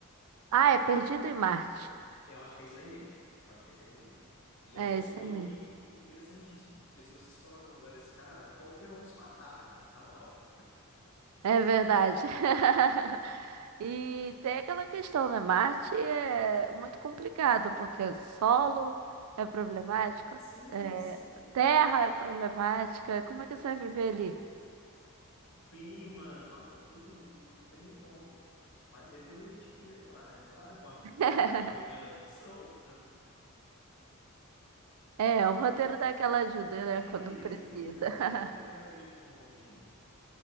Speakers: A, on the right; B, on the left.
A: Ah, é Perdido em Marte.
B: Eu acho que é isso aí mesmo. Eu acho que é isso aí mesmo. E
A: É
B: é um filme
A: esse mesmo.
B: interessantíssimo, porque se você se coloca no lugar desse cara, qualquer um se matava, cara, na moral.
A: É verdade. <laughs> E tem aquela questão, né? Marte é muito complicado, porque é solo é problemático,
B: Sim,
A: é
B: sim,
A: terra é problemática. Como é que você vai viver ali?
B: clima, nossa, tudo não, não tem nem como. Mas ele deu o jeitinho dele lá, né? Claro, com a,
A: <laughs>
B: com a ajudinha da ficção. <laughs>
A: É, o roteiro dá aquela ajuda,
B: Isso,
A: né? Quando precisa.
B: isso.
A: <laughs>
B: O roteiro dá aquele empurrãozinho.